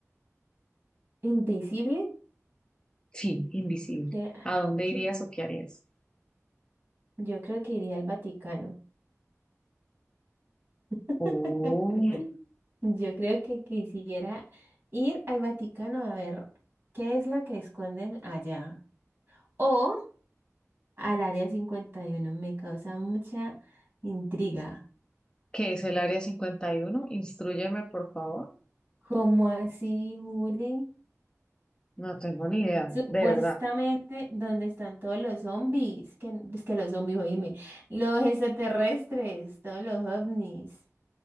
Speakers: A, on the right; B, on the left.
A: ¿invisible?
B: Sí, invisible.
A: ¿Qué-
B: ¿A dónde
A: qué?
B: irías o qué harías?
A: Yo creo que iría al Vaticano. <laughs>
B: Oh.
A: Yo creo que quisiera ir al Vaticano a ver qué es lo que esconden allá. O al Área cincuenta y uno. Me causa mucha intriga.
B: ¿Qué es el área cincuenta y uno. Instrúyeme, por favor.
A: ¿Cómo así, Juli?
B: No tengo ni idea,
A: Supuestamente,
B: de verdad.
A: donde están todos los zombies? Que, es que los zombies, oíme. Los extraterrestres, todos los ovnis,